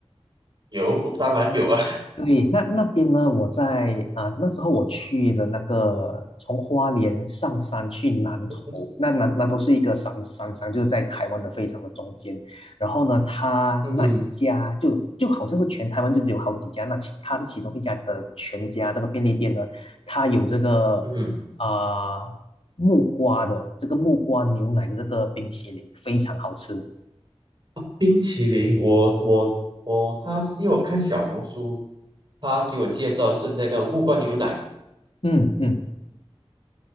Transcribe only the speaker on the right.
有，当然有啊。
<laughs>
嗯哼，
嗯哼，
冰淇淋，我我我，他因为我看小红书，他给我介绍是那个木瓜牛奶。